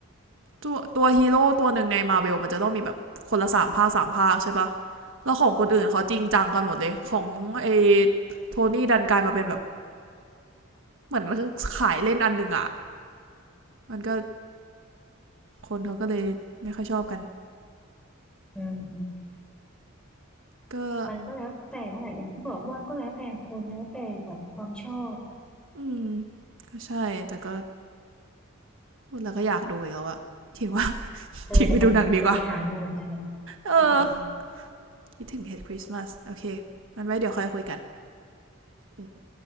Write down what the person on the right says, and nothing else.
ตัวตัวฮีโร่ตัวหนึ่งในมาเ e ลมันจะต้องมีแบบคนละสามภาคสามภาคใช่ปะแล้วของคนอื่นเขาจริงจังกันหมดเลยของไอโทนี่ดันกลายมาเป็นแบบเหมือนขายเล่นอันหนึ่งอะ มันก็คนเขาก็เลยไม่ค่อยชอบกัน
ก็
อืมก็ใช่แต่ก็พูดแล้วก็อยากดูอีกแล้วอะทิ้งว่า
<laughs> ทิ้งไปดูหนังดีกว่าเออ
คิดถึง Head Christmas โอเคมันไว้เดี๋ยวค่อยคุยกันอืม